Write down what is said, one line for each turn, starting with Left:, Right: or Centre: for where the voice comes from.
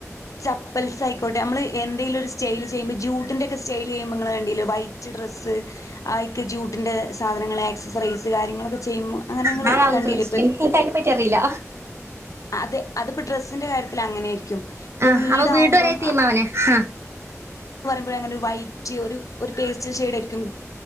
Left: ചപ്പൽസ് ആയിക്കോട്ടെ നമ്മള് എന്തെങ്കിലും ഒരു സ്റ്റൈൽ ചെയ്യുമ്പോൾ ജൂട്ടിൻ്റെൊക്കെ സ്റ്റൈൽ ചെയ്യുമ്പോൾ നിങ്ങളെ കണ്ടില്ലേ വൈറ്റ് ഡ്രസ് ആയിക്ക് ജൂട്ട് ഇതിന്റ സാധനങ്ങൾ എക്സസൈസ് കാര്യങ്ങളൊക്കെ ചെയ്യുമ്പോ അങ്ങനെ നിങ്ങള്
Right: ഞാനാ അതൊന്നും
Left: കണ്ടില്ലേ
Right: ശ്രദ്ധിച്ചിട്ടില്ല
Left: ഇപ്പ
Right: എനിക്ക് അതിനെപറ്റി അറിയില്ല
Left: അത് അതിപ്പോൾ ഡ്രസ്സിൻ്റെ കാര്യത്തിൽ അങ്ങനെയായിരിക്കും ഇപ്പൊ
Right: ആ
Left: വീടാവുമ്പം
Right: അപ്പൊ വീട് വരെ തീമ്മ അവനെ ആ
Left: <unintelligible> അങ്ങനെ ഒരു വൈറ്റ് ഒരു ഒരു പേസ്റ്റിൽ ഷേഡയായിരിക്കും